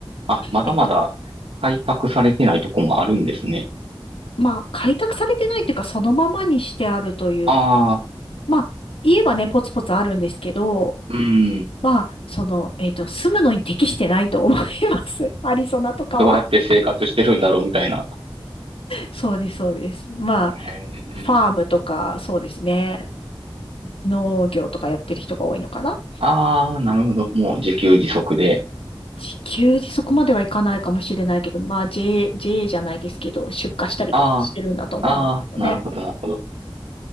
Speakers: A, on the right; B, on the left.
A: あ、まだまだ開拓されてないとこもあるんですね。
B: えっと、まあ、開拓されてないというか、そのままにしてあるというか、
A: ああ、
B: まあ、言えばね、ポツポツあるんですけど、
A: うん。
B: まあ、その、えーっと、住むのに適してないと思います。<laughs> アリゾナとかは。
A: どうやって生活してるんだろうみたいな。
B: そうです、そうです。ま
A: へえ。
B: あ、ファームとか、そうですね。農業とかやってる人が多いのかな
A: ああ、なるほど。もう自給自足で。
B: 地球にそこまではいかないかもしれないけど、まあ JA、JA じゃないですけど、出荷したりとかしてるんだと思うんですけどね。
A: ああ、ああ、なるほど、なるほど。